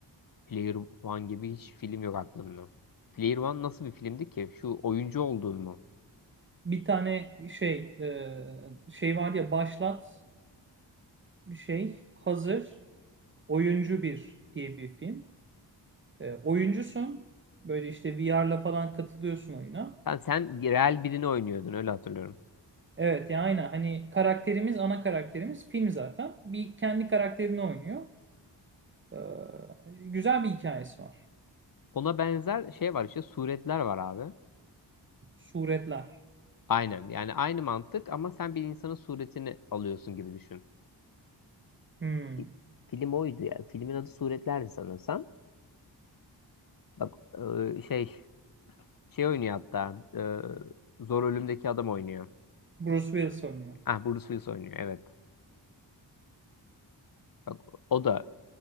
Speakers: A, on the left; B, on the right.
A: Player One gibi hiç film yok aklımda. Player One nasıl bir filmdi ki? Şu oyuncu olduğun mu?
B: Bir tane şey e, şey var ya başlat e, şey hazır oyuncu bir diye bir film. E, oyuncusun böyle işte VR'la falan katılıyorsun oyuna.
A: Sen, sen real birini oynuyordun öyle hatırlıyorum.
B: Evet ya aynen hani karakterimiz ana karakterimiz film zaten bir kendi karakterini oynuyor. E, güzel bir hikayesi var.
A: Ona benzer şey var işte suretler var abi.
B: Suretler.
A: Aynen yani aynı mantık ama sen bir insanın suretini alıyorsun gibi düşün.
B: Hmm.
A: Fi- Film oydu ya. Filmin adı Suretlerdi sanırsam. Bak e, şey şey oynuyor hatta e, Zor Ölüm'deki adam oynuyor.
B: Bruce Willis oynuyor.
A: Ah Bruce Willis oynuyor evet. Bak o da